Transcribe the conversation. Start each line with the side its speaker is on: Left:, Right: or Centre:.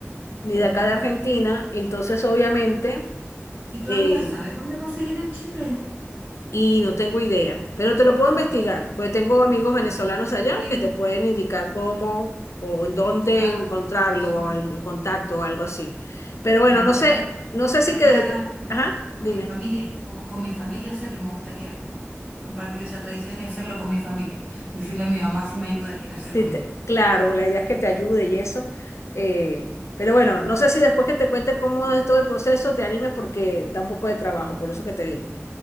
Left: ni
Right: Mm,
Left: de acá de Argentina, entonces obviamente,
Right: ¿y tu
Left: eh,
Right: amiga sabes dónde conseguir en Chile?
Left: Y no tengo idea, pero te lo puedo
Right: Ay,
Left: investigar, pues tengo amigos
Right: mm,
Left: venezolanos allá
Right: sí,
Left: que te pueden indicar cómo o en dónde
Right: ya,
Left: encontrarlo
Right: ya, Chiné.
Left: o el contacto o algo así. Pero
Right: que
Left: bueno,
Right: me gustaría,
Left: no sé, no
Right: me
Left: sé
Right: gustaría
Left: si que, ajá,
Right: con
Left: dime.
Right: mi familia, con, con mi familia hacerlo, me gustaría como compartir esa tradición y hacerlo con mi familia. Decirle a mi mamá si me ayuda, que quiere hacer
Left: Sí,
Right: conmigo.
Left: te- claro, la idea es que te ayude y eso. eh, pero bueno, no sé si después que te cuente cómo es todo el proceso te animes porque da un poco de trabajo, por eso que te digo.